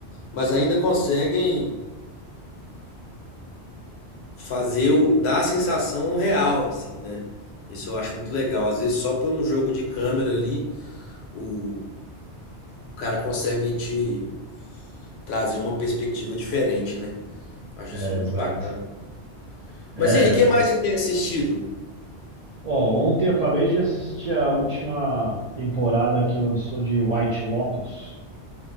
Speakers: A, on the left (about 70°); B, on the right (about 50°).
A: mas ainda conseguem fazer o... dar a sensação real, assim, né? Isso eu acho muito legal. Às vezes, só por um jogo de câmera ali, o, o cara consegue te trazer uma perspectiva diferente, né? Acho
B: É,
A: isso muito
B: exato.
A: bacana.
B: É.
A: Mas e aí, o que mais você tem assistido?
B: Ó, ontem eu acabei de assistir a última temporada que lançou de White Lotus.